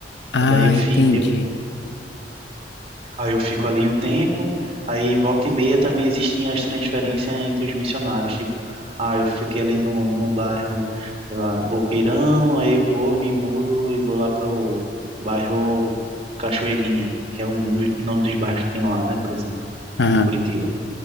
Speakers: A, on the left; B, on the right.
A: Ah,
B: E Daí eu
A: entendi.
B: fico, eu, aí eu fico ali um tempo, aí volta e meia também existem as transferências entre os missionários, tipo, ah, eu fiquei ali no, no bairro, sei lá, Boqueirão, aí eu vou, me mudo e vou lá pro bairro Cachoeirinha, que é um, dos- o nome dos bairros que tem lá, né, por exemplo,
A: Aham.
B: em Curitiba.